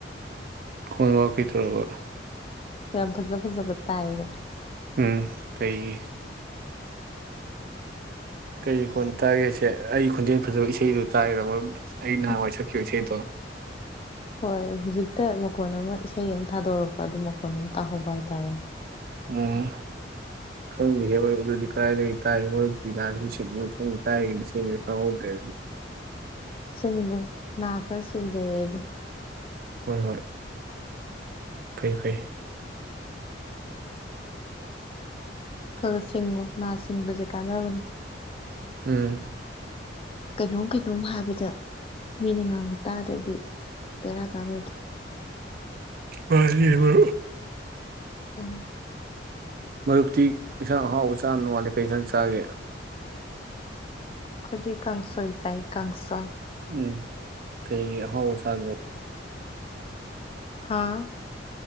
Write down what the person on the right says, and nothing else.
ꯈꯕ ꯀꯩꯇꯔꯕ
ꯎꯝ ꯀꯩꯒꯤ ꯀꯔꯤ ꯀꯣꯟ ꯇꯥꯒꯦꯁꯦ ꯑꯩꯒꯤ ꯈꯣꯟꯖꯦꯜ ꯐꯖꯕ ꯏꯁꯩꯗꯨ ꯇꯥꯢꯔ ꯃꯔ ꯑꯩ ꯅꯍꯥꯟꯋꯥꯏ
ꯁꯛꯈꯤꯕꯥ ꯏꯁꯩꯗꯣ
ꯎꯝ ꯈꯪꯗꯦꯕꯣ ꯑꯗꯨꯗꯤ ꯀꯗꯥꯥꯏꯗꯒꯤ ꯇꯥꯏ ꯃꯔꯛꯇꯤꯅꯣ ꯈꯪ ꯀꯥꯏꯒ ꯈꯪꯍꯧꯗꯦ
ꯍꯣꯏ ꯍꯣꯏ ꯐꯩ ꯐꯩ
ꯎꯝ
ꯃꯟꯅꯦꯕꯥ
ꯃꯔꯨꯞꯇꯤ ꯏꯟꯁꯥꯡ ꯑꯍꯥꯎꯕ ꯆꯥ ꯅꯣꯡꯉꯥꯂ ꯀꯩ ꯏꯟꯁꯥꯡ ꯆꯥꯒꯦ
ꯎꯝ ꯀꯩ ꯍꯥꯎꯕ